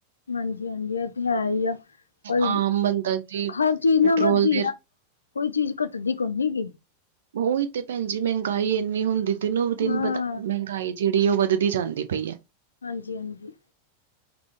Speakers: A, on the left; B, on the right.
A: ਹਾਂਜੀ, ਹਾਂਜੀ, ਏ ਤੇ ਹੈ ਈ ਐ, ਪਰ
B: ਆਮ ਬੰਦਾ ਜੀ
A: ਹਰ ਚੀਜ਼
B: ਪੈਟਰੋਲ
A: ਨਾ ਵੱਧਦੀ
B: ਦੇ
A: ਐ, ਕੋਈ ਚੀਜ਼ ਘੱਟਦੀ ਕੋਨੀ ਗੀ।
B: ਓਈ ਤੇ ਭੈਣ ਜੀ, ਮੰਗਾਈ ਏਨੀ ਹੁੰਦੀ, ਦਿਨੋ-ਦਿਨ-
A: ਹਾਂ
B: ਮਹਿੰਗਾਈ ਜੇੜੀ ਓ ਵਧ ਦੀ ਜਾਂਦੀ ਪਈ ਐ।
A: ਹਾਂਜੀ, ਹਾਂਜੀ।